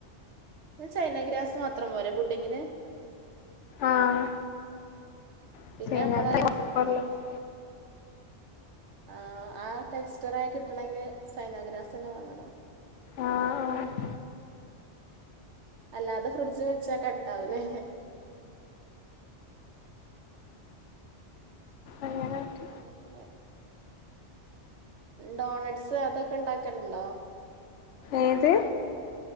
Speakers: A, on the right; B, on the left.
A: ചൈന ഗ്രാസ് മാത്രം പോരെ പുഡിങ്ങിന്
B: ആഹ് <unintelligible>
A: പിന്നെ നമ്മളെ ആ ആ ടെക്സ്റ്ററായി കിട്ടണെങ്കിൽ സൈനാഗ്രാസന്നെ വാങ്ങണം
B: ആഹ് ആഹ്
A: അല്ലാതെ ഫ്രിഡ്ജ് വെച്ചാൽ കട്ടാവൂലെ
B: അങ്ങനാക്കി
A: മ് പിന്നെ ഡോണഡ്സ് അതൊക്കെ ഉണ്ടാക്കലുണ്ടോ
B: ഏത്